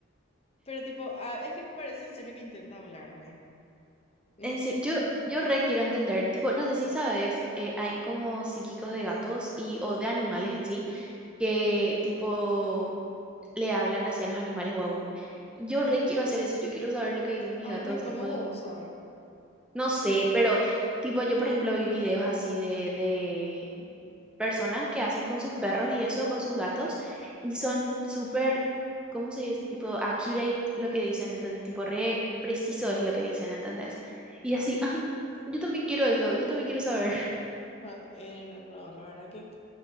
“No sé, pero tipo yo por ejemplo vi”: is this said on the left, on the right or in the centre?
Centre